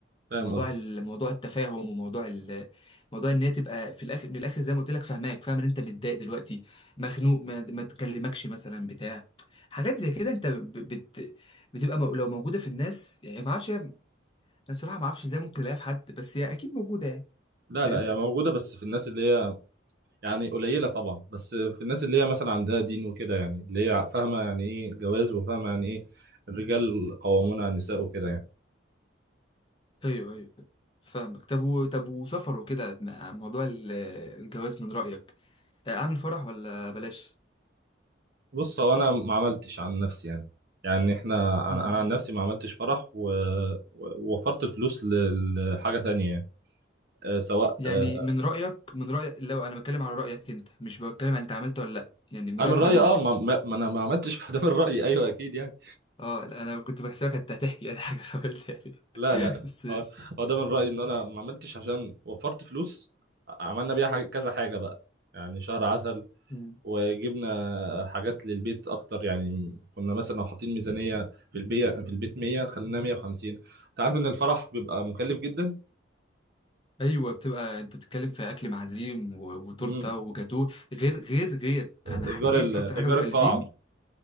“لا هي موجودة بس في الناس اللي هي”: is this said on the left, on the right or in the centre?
Right